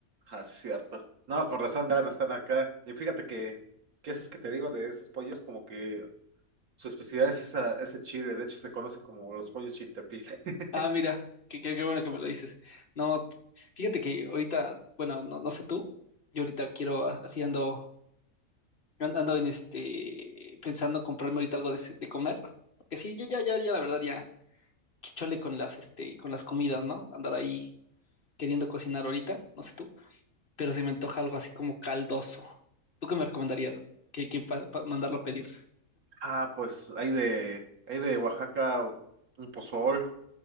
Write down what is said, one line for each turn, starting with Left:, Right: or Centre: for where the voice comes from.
Right: Ah, cierto. No, con razón, Dan, están acá. Y fíjate que, que esos que te digo de esos pollos, como que su especialidad es esa, ese chile. De hecho, se conoce como los pollos chiltepín. <laughs>
Left: Ah, mira, qué, qué, qué bueno que me lo dices. No, t- fíjate que ahorita, bueno, no, no sé tú, yo ahorita quiero, a- así ando, an- ando en este, pensando comprarme ahorita algo de, ce- de comer. Que sí, ya, ya, ya, ya, la verdad, ya. chole con las, este, con las comidas, ¿no? Andar ahí queriendo cocinar ahorita, no sé tú, pero se me antoja algo así como caldoso. ¿Tú qué me recomendarías? ¿Qué, qué pa- pa- mandarlo a pedir?
Right: Ah, pues hay de, hay de Oaxaca un pozol,